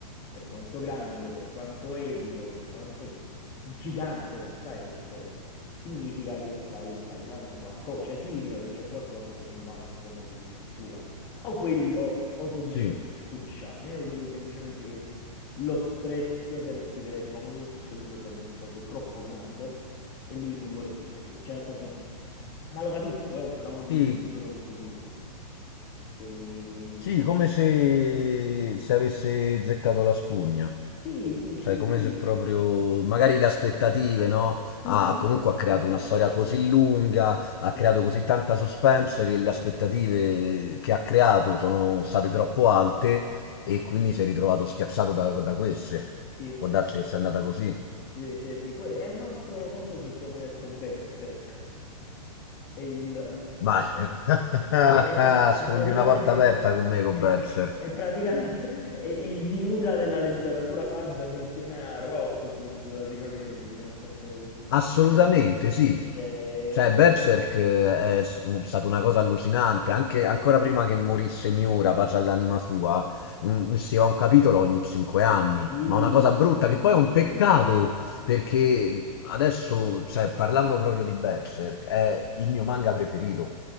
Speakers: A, on the left; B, on the left.
A: per quanto grande, per quanto epico, per quanto gigante possa essere, significa che stai sbagliando qualcosa, cioè significa che c'è qualcosa che non va nel tuo modo di scrittura. O quello, o semplicemente
B: Sì,
A: ti scuccia. Ma io credo semplicemente che lo stress per scrivere il famoso stesso libro sia diventato troppo grande e lui non vuole più scrivere. Cioè, nel senso, ma lo capisco, eh, per l'amor di
B: sì,
A: Dio, io lo capisco pure. Che...
B: sì, come
A: Cioè,
B: se, se avesse gettato la spugna.
A: sì, sì,
B: Cioè,
A: sì,
B: come
A: sì,
B: se proprio, magari le aspettative, no?
A: sì,
B: Ha,
A: insomma,
B: comunque
A: sì,
B: ha
A: esattamente,
B: creato una storia così lunga, ha
A: sì,
B: creato così tanta suspense che le aspettative che ha creato sono state troppo alte e quindi si è ritrovato schiacciato da, da queste.
A: sì,
B: Può darsi che sia andata così.
A: sì, sì, sì. Que- è un altro, non so se tu hai mai detto Berserk, è il...
B: Ma <laughs>
A: è, è- è pra-
B: sfondi
A: è praticamente...
B: una porta aperta con me, con
A: è,
B: Berserk.
A: è- è praticamente <laughs> è il Miura della letteratura fantasy insieme a Rotfuss, praticamente, cioè nel senso che...
B: Assolutamente
A: eh,
B: sì.
A: cioè...
B: Cioè, Berserk
A: co-
B: eh, è s- un- stata una cosa allucinante, anche
A: sì,
B: ancora
A: sì, sì,
B: prima
A: sì.
B: che morisse Miura, parla all'anima sua, mm, usciva un capitolo ogni cinque anni,
A: Sì,
B: ma una cosa brutta
A: sì,
B: che poi è un peccato,
A: sì, sì,
B: perché
A: sì, sì.
B: mm, adesso, cioè, parlando proprio di Berserk, è il mio manga preferito.